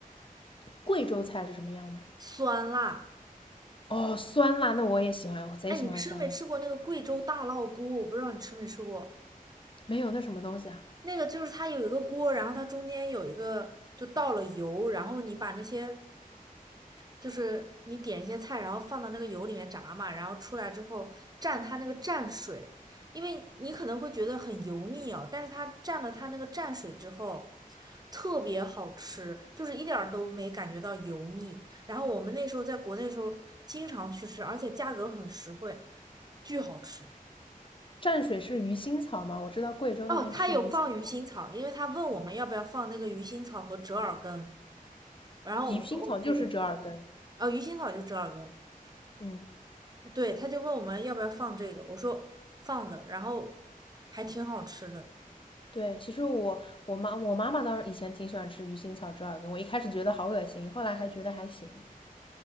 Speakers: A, on the left (about 35°); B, on the right (about 25°).
A: 贵州菜是什么样呢？
B: 酸辣。
A: 哦，酸辣，那我也喜欢，我贼喜欢酸辣。
B: 哎，你吃没吃过那个贵州大烙锅？我不知道你吃没吃过。
A: 没有那什么东西啊？
B: 那个就是它有一个锅，然后它中间有一个就倒了油，然后你把那些就是你点一些菜，然后放到那个油里面炸嘛，然后出来之后蘸它那个蘸水，因为你可能会觉得很油腻哦，但是它蘸了它那个蘸水之后，特别好吃，就是一点儿都没感觉到油腻。然后我们那时候在国内的时候经常去吃，而且价格很实惠，巨好吃。
A: 蘸水是鱼腥草吗？我知道贵州那边吃鱼腥草，
B: 哦，他有放鱼腥草，因为他问我们要不要放那个鱼腥草和折耳根，然后我们说
A: 鱼腥草就是折耳根。
B: OK，哦，鱼腥草就折耳根。
A: 嗯，
B: 对，他就问我们要不要放这个，我说放的，然后还挺好吃的。
A: 对，其实我我妈我妈妈当时以前挺喜欢吃鱼腥草折耳根，我一开始觉得好恶心，后来还觉得还行。